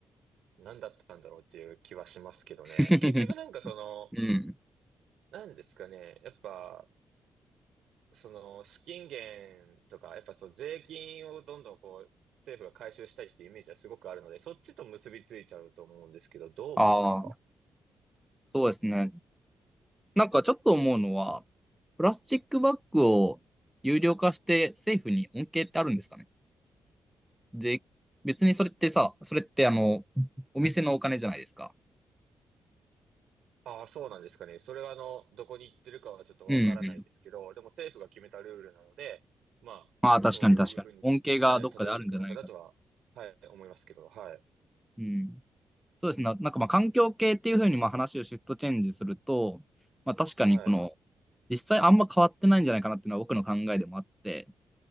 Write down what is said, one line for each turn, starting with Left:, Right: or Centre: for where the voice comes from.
Right: 何だったんだろうっていう気はしますけどね。
Centre: <laughs>
Right: 結局なんかその、
Centre: うん。
Right: 何ですかね。やっぱ、その資金源とか、やっぱそう税金をどんどんこう、政府が回収したいっていうイメージはすごくあるので、そっちと結びついちゃうと思うんですけど、どう思いますか
Centre: ああ、そうですね。なんかちょっと思うのは、プラスチックバッグを有料化して政府に恩恵ってあるんですかねで、別にそれってさ、それってあの、お店のお金じゃないですか。
Right: ああ、そうなんですかね。それはあの、どこに行ってるかはちょっとわからないですけど、
Centre: うんうん。
Right: でも政府が決めたルールなので、まあ、
Centre: まあ確かに確かに。
Right: そういうふうに、
Centre: 恩恵がどっかであるんじゃないか。
Right: はい、たどり着く中だとは、はい、思いますけど、はい、
Centre: うん。そうですね。なんかまあ環境系っていうふうにまあ話をシフトチェンジすると、まあ確かにこの、
Right: はい、
Centre: 実際あんま変わってないんじゃないかなっていうのは僕の考えでもあって、